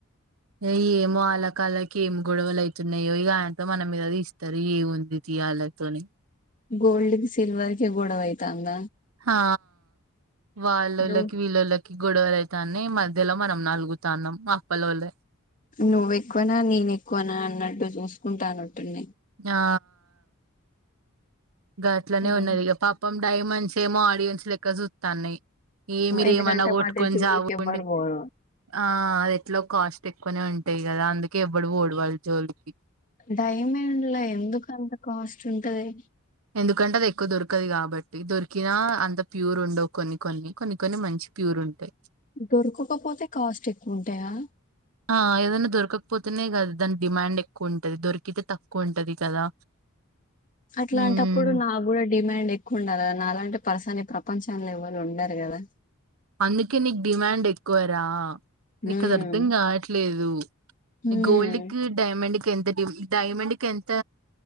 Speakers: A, on the right (about 80°); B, on the left (about 40°).
A: ఏమో వాళ్ళ కాళ్ళకి ఏం గొడవలు అయితున్నాయో ఆయనతో మన మీదది ఇస్తారు ఏముంది యాలతోని
B: గోల్డ్ కి సిల్వర్ కి గోడవైతాద
A: ఆ వాళ్ళలకి
B: నువ్
A: వీళ్ళకి గొడవలు అతాని మధ్యలో మనం నలుగుతాన్నాం అప్పల వాళ్ళ
B: నువ్వుఎక్కువగా నేను ఎక్కువనా అన్నట్టు చూసుకుంటానుట్టున్నా
A: ఆ ఇ అట్నే
B: ఉమ్.
A: ఉన్నది ఇక ప పాపం డైమండ్స్ ఏమో ఆడియన్స్ ఇక్క చూస్తాన్నయి ఏమిరేమన్నా
B: ఎందుకంటే
A: కొట్టుకొని
B: వాటి జోలికి
A: చావుండి
B: ఎవ్వరు పోరు
A: ఆ అది ఎట్లా కాస్ట్ ఎక్కువనే ఉంటాయి కదా అందుకే ఎవ్వడు ఓడివాళ్ళు జోలికి
B: డైమండ్ లో ఎందుకు అంత కాస్ట్ ఉంటది
A: ఎందుకంటే అది ఎక్కువ దొరకదు కాబట్టి దొరికినా అంత ప్యూర్ ఉండవు కొన్ని కొన్ని కొన్ని కొన్ని మంచి ప్యూర్ ఉంటాయి
B: దొరకకపోతే కాస్ట్ ఉంటాయా
A: ఆ ఏదైనా దొరకకపోతేనే కదా దాని డిమాండ్ ఎక్కువ ఉంటది దొరికితే తక్కువ ఉంటది కదా
B: అట్లాంటప్పుడు
A: ఉమ్
B: నాకు కూడా డిమాండ్ ఎక్కువ ఉండాలి కదా అలాంటే పరసని ప్ర ప్రపంచంలో ఎవరు ఉండరు కదా
A: అందుకే నీకు డిమాండ్ ఎక్కువరా
B: హ్మ్
A: నీకు అది అర్ధం కావట్లేదు
B: హ్మ్
A: గోల్డ్కిి డైమండ్కి ఎంత డైమండ్కి ఎంత